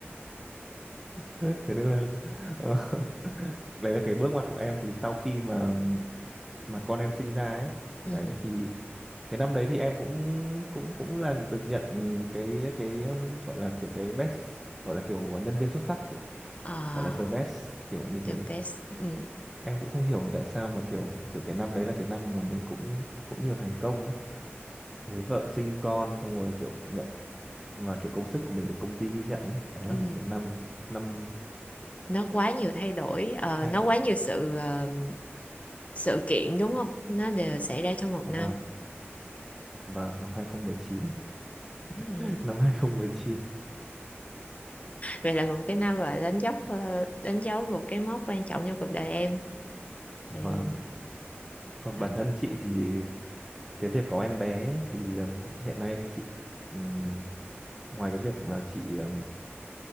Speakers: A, in the centre; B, on the left.
A: thế nên là ờ, <laughs> đấy là cái bước ngoặt của em thì sau khi mà mà con em sinh ra ấy
B: ừ.
A: đấy thì cái năm đấy thì em cũng cũng cũng là được nhận cái cái ừm, gọi là kiểu cái best gọi là kiểu nhân viên xuất sắc chị ạ
B: À,
A: gọi là the best kiểu như
B: the
A: thế
B: best ừ,
A: em cũng không hiểu tại sao mà kiểu kiểu cái năm đấy là cái năm mà mình cũng cũng nhiều thành công ấy lấy vợ sinh con xong rồi kiểu nhận mà kiểu công sức của mình được công ty ghi nhận ấy đấy là
B: ừ.
A: một cái năm năm
B: Nó quá nhiều thay đổi ờ,
A: hai
B: nó quá nhiều sự ờ, sự kiện đúng không nó đều xảy ra trong một
A: vâng
B: năm
A: và năm 2019
B: ừ.
A: <laughs> năm 2019
B: Vậy là một cái năm và đánh dấu ờ, đánh dấu một cái mốc quan trọng trong cuộc đời em
A: và
B: thì
A: còn
B: ờ,
A: bản thân chị thì cái việc có em bé ấy, thì ừm, hiện nay chị ừm, ngoài cái việc mà chị ừm,